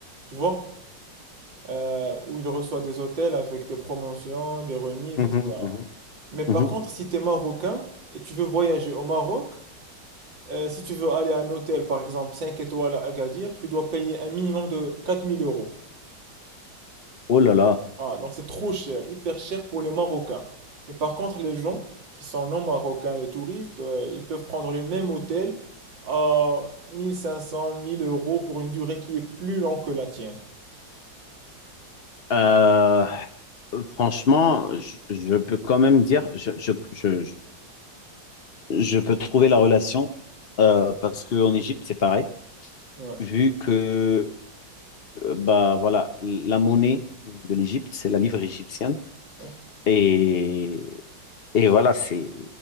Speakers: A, on the right (about 80°); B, on the left (about 55°).
A: tu vois? Euh, où ils reçoivent des hôtels avec des promotions, des remises,
B: Mhm,
A: etc.
B: mhm,
A: Mais par
B: mhm.
A: contre, si t'es Marocain et tu veux voyager au Maroc, Euh, si tu veux aller à un hôtel, par exemple, 5 étoiles à Agadir, tu dois payer un minimum de 4000 euros.
B: Oh là là.
A: Ah, donc c'est trop cher, hyper cher pour les Marocains. Mais par contre, les gens qui sont non marocains, les touristes, euh, ils peuvent prendre le même hôtel à 1500 1000 euros pour une durée qui est plus longue que la tienne.
B: Euh, franchement, je, je peux quand même dire, je, je, je- je peux trouver la relation euh, parce qu'en Égypte, c'est pareil,
A: Ouais,
B: vu que euh, bah, voilà, la monnaie de l'Égypte, c'est la livre égyptienne.
A: ouais,
B: Et, et voilà, c'est,